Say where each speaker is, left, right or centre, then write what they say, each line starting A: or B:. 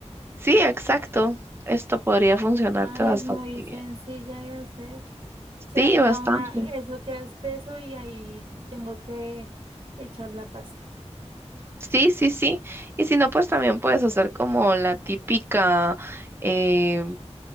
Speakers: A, on the right; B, on the right.
A: Sí, exacto. Esto podría funcionarte
B: Ah,
A: bastante
B: es muy sencilla
A: bien.
B: de hacer. O sea,
A: Sí,
B: queda
A: bastante.
B: una, eso queda espeso y ahí tengo que echar la pasta.
A: Sí, sí, sí. Y si no, pues también puedes hacer como la típica, eh,